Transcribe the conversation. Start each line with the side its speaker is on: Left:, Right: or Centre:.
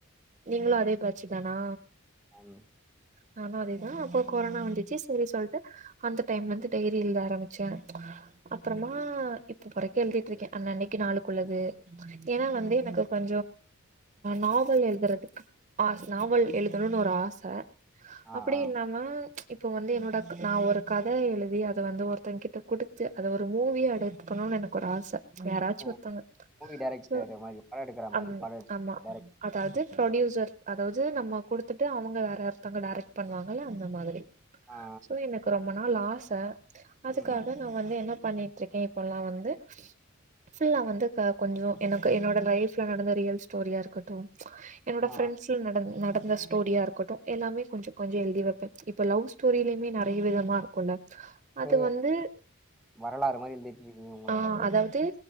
Right: நீங்களு அதே பேச்சு தானா
Centre: ஆம்
Right: நானு அதேதா அப்போ கொரோனா வந்துச்சு சரி சொல்ட்டு அந்த டைம்ல இருந்து டைரி எழுத ஆரம்பிச்ச அப்புறமா
Centre: ம்
Right: இப்ப பறைக்க எழுதிட்டு இருக்க அன் அன்னைக்கு நாளுக்குள்ளது ஏன்னா வந்து
Centre: ம்
Right: எனக்கு நாவல் எழுதுறதுக்கு நாவல் எழுதணுனு ஒரு ஆச
Centre: ஆ
Right: அப்டி
Centre: ஆ
Right: இல்லாம இப்போ வந்து என்னோட நா ஒரு கத எழுதி அத வந்து ஒருத்தங்க கிட்ட குடுத்து அத ஒரு மூவியா எடு க்கணுனு எனக்கு ஒரு ஆச யாராச்சு
Centre: ஓ
Right: ஒருத்தாங்க
Centre: மூவி டைரக்டர்
Right: சோ
Centre: மாரி படோ எடுக்கற
Right: அம்
Centre: மாரி படோ
Right: ஆமா
Centre: டைரக்ட்
Right: அதாவது ப்ரொடியூசர் அதாவது நம்ம குடுத்துட்டு அவங்க வேற ஒருத்தவங்க டேரெக்ட் பண்ணுவாங்கல்ல அந்த மாதிரி
Centre: ஆ ஆ.
Right: சோ எனக்கு ரொம்ப நாள் ஆச அதுக்காக
Centre: ம்
Right: நா வந்து என்ன பண்ணிட்டு இருக்கே இப்பல்லா வந்து ஃபுல்லா வந்து க கொஞ்ச எனக்கு என்னோட லைஃப்ல நடந்த ரியல் ஸ்டோரியா இருக்கட்டு என்னோடா
Centre: ஆ
Right: ஃபிரண்ட்ஸ் நட நட இந்த ஸ்டோரியா இருக்கட்டு எல்லாமே கொஞ்ச கொஞ்ச எழுதி வைப்பே இப்ப லவ் ஸ்டோரியிலயுமே நெறைய விதமா இருக்குல்ல
Centre: சோ
Right: அது வந்து
Centre: வரலாறு மாரி எழுதிட்டு இருக்கீங்க உங்களோட
Right: ஆ
Centre: லைஃப்
Right: அதாவது